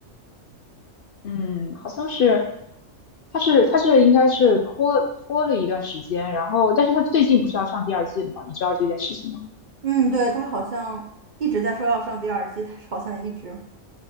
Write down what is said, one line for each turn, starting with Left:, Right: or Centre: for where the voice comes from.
Left: 嗯，好像是，它是它是应该是拖拖了一段时间，然后但是它最近不是要上第二季了吗？你知道这件事情吗？
Right: 嗯，对，他好像一直在说要上第二季，但是好像一直